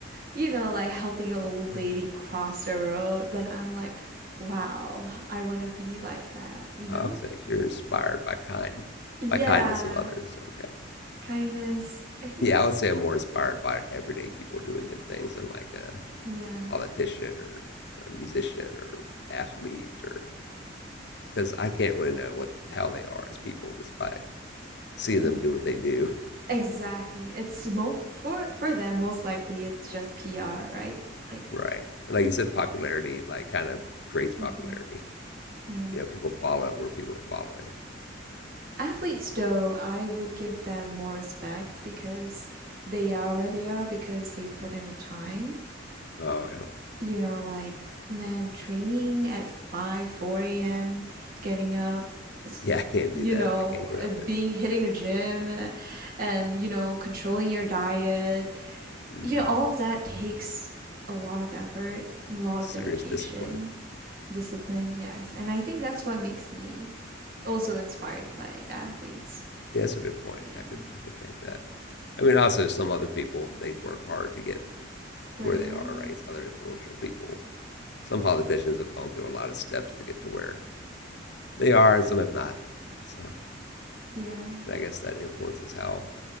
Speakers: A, on the right; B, on the left.
A: you know, like helping an old
B: okay.
A: lady cross the road, then I'm like, wow, I want to be like that, you know?
B: I'll say you're inspired by kind,
A: Yeah,
B: by kindness of others. Okay.
A: kindness. I think
B: Yeah,
A: just,
B: I would say I'm more inspired by everyday people doing good things than like uh,
A: yeah.
B: politician or a musician or athlete or because I can't really know what how they are as people just by seeing
A: Mhm.
B: them do what they do.
A: Exactly. It's mo for for them, most likely it's just PR, right? Like,
B: Right. And like you said, popularity like kind of creates popularity.
A: hmm yeah.
B: You know, people follow where people are following.
A: Athletes, though, I would give them more respect because they are where they are because they've put in the time.
B: Oh yeah.
A: You know, like, man, training at 5, 4 a.m., getting up, s-
B: Yeah, I can't
A: you
B: do that.
A: know,
B: I can't get
A: uh,
B: up
A: being
B: it.
A: hitting the gym uh, and, you know, controlling your diet.
B: hmm
A: you know, all of that takes a lot of effort and a lot
B: Serious
A: of dedication,
B: discipline.
A: discipline, yes. And I think that's what makes me also inspired by athletes.
B: Yeah, that's a good point.
A: Yeah.
B: I could I could think that. I mean also some other people they work hard to get
A: Where
B: to where
A: they
B: they
A: are.
B: are,
A: Yeah.
B: right? It's other influential people. Some politicians have gone through a lot of steps to get to where they are and some have not. So,
A: Yeah. Yeah.
B: and I guess that influences how.